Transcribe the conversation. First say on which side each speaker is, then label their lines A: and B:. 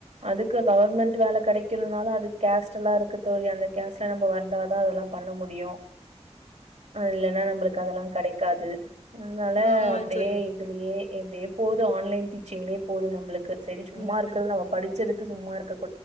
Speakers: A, on the right; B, on the left.
A: அதுக்கு கவர்மெண்ட் வேல கெடைக்கணுனால அது கேஷ்ட் எல்லா இருக்கு தோழி அந்த கேஸ்ட்ல நம்ம வந்தாதா அதெல்லா பண்ண முடியு இல்ன்னா நம்மளுக்கு அதெல்லாம் கிடைக்காது. அதனால
B: ஆமா
A: அப்டியே
B: தோழி
A: இதுலயே எப்டியோ போகுது ஆன்லைன் டீச்சிங்லயே போது நம்மளுக்கு செரி சும்மா
B: ம்
A: இருக்கறது நம்ம படி பச்சதுக்கு சும்மா இரு